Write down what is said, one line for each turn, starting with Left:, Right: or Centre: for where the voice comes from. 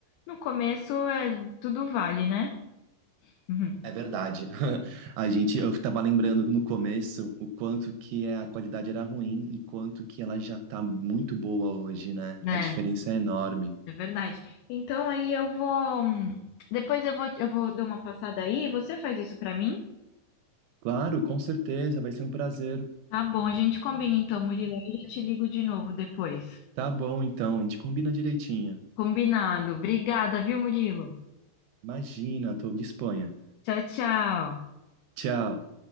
Left: no começo é, tudo vale, né? Uhum.
Right: É verdade. <laughs> A gente, eu estava lembrando no começo o quanto que a qualidade era ruim e quanto que ela já tá muito boa hoje, né?
Left: É,
Right: A diferença é enorme.
Left: é verdade. Então aí eu vou. hum, Depois eu vou, eu vou dar uma passada aí. Você faz isso para mim?
Right: Claro, com certeza, vai ser um prazer.
Left: Tá bom, a gente combina então, Murilo. Eu já te ligo de novo depois.
Right: Tá bom, então, a gente combina direitinho.
Left: Combinado. Obrigada, viu, Murilo?
Right: Imagina, tô de Espanha.
Left: Tchau, tchau.
Right: Tchau.